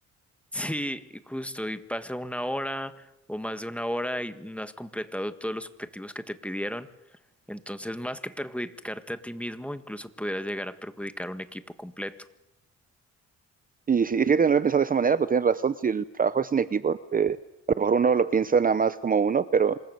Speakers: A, in the centre; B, on the right.
A: Sí, y justo, y pasa una hora o más de una hora y no has completado todos los objetivos que te pidieron. Entonces, más que perjudicarte a ti mismo, incluso pudieras llegar a perjudicar un equipo completo.
B: Y sí, fíjate, no lo he pensado de esa manera, pero tienes razón, si el trabajo es en equipo, eh, a lo mejor uno lo piensa nada más como uno, pero